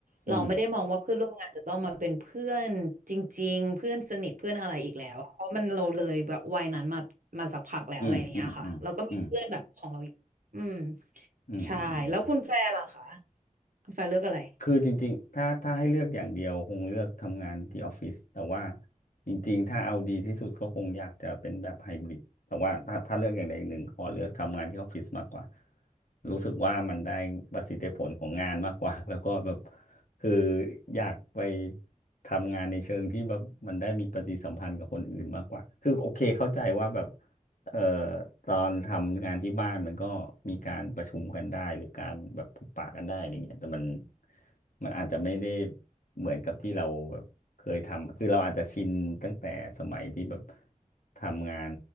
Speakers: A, on the left; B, on the right.
A: อืม
B: เราไม่ได้มองว่าเพื่อนร่วมงานจะต้องมาเป็นเพื่อนจริงๆเพื่อนสนิทเพื่อนอะไรอีกแล้วอะเพราะมันเราเลยแบบวัยนั้นมามาสักพักแล้วอะไรอย่างเงี้ยค่ะเราก็มีเพื่อนแบบของเราอยู่อืม
A: อืมอืมอืมอืมอืมอืม
B: ใช่แล้วคุณแฟร์ล่ะคะคุณแฟร์เลือกอะไร
A: คือจริงๆถ้าถ้าให้เลือกอย่างเดียวคงเลือกทำงานที่ออฟฟิศแต่ว่าจริงๆถ้าเอาดีที่สุดก็คงอยากจะเป็นแบบไฮบริดแต่ว่าถ้าถ้าเลือกอย่างใดอย่างหนึ่งขอเลือกทำงานที่ออฟฟิศมากกว่ารู้สึกว่ามันได้ประสิทธิผลของงานมากกว่า <laughs> แล้วก็แบบคืออยากไปทำงานในเชิงที่แบบมันได้มีปฏิสัมพันธ์กับคนอื่นมากกว่าคือโอเคเข้าใจว่าแบบ เอ่อตอนทำงานที่บ้านมันก็มีการประชุมกันได้หรือการแบบพบปะกันได้อะไรเงี้ยแต่มันมันอาจจะไม่ได้เหมือนกับที่เราแบบเคยทำคือเราอาจจะชินตั้งแต่สมัยที่แบบทำงาน